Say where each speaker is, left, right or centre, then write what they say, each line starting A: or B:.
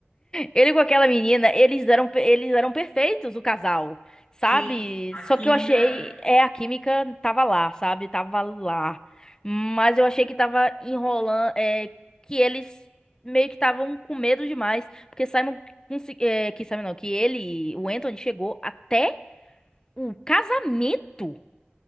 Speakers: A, on the left (about 20°); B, on the left (about 40°).
A: Ele com aquela menina, eles eram, pe- eles eram perfeitos, o casal, sabe?
B: sim, a
A: Só
B: química.
A: que eu achei, é, a química tava lá, sabe? Tava lá. Mas eu achei que tava enrolando, é, que eles meio que estavam com medo demais, porque Simon, consi- é, que Simon não, que ele, o Anthony chegou até o casamento